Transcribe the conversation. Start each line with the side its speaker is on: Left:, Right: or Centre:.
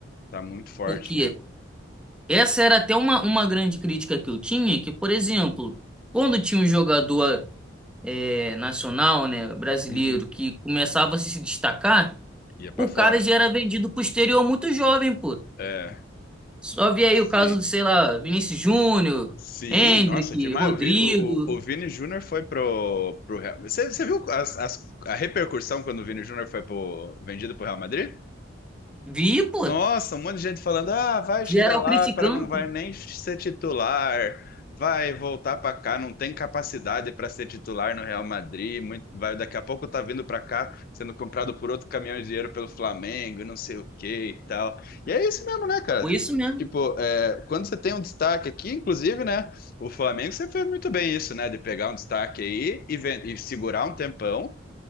Left: Tá muito forte
Centre: porque
Left: mesmo.
Centre: Essa era até uma, uma grande crítica que eu tinha, que, por exemplo, quando tinha um jogador eh, nacional, né, brasileiro,
Left: Uhum.
Centre: que começava a se destacar,
Left: Ia pra
Centre: o
Left: fora.
Centre: cara já era vendido pro exterior muito jovem, pô.
Left: É,
Centre: Só vi aí
Left: sim.
Centre: o caso do, sei lá, Vinícius Júnior,
Left: Sim,
Centre: Hendrick,
Left: nossa, demais.
Centre: Rodrigo.
Left: O Vini, o, o, o Vini Júnior foi pro, pro Real. Você, você viu as- as- a repercussão quando o Vini Júnior foi pro, vendido pro Real Madrid?
Centre: Vi, pô.
Left: Nossa, um monte de gente falando: ah, vai
Centre: Geral
Left: chegar lá
Centre: criticando,
Left: para não vai
Centre: pô.
Left: nem ser titular, vai voltar para cá, não tem capacidade para ser titular no Real Madrid, muito- vai daqui a pouco tá vindo para cá sendo comprado por outro caminhão de dinheiro pelo Flamengo, e não sei o que e tal. E é isso mesmo, né, cara?
Centre: Foi isso mesmo.
Left: Tipo, é, quando você tem um destaque aqui, inclusive, né? O Flamengo você fez muito bem isso, né? De pegar um destaque aí e, ven- e segurar um tempão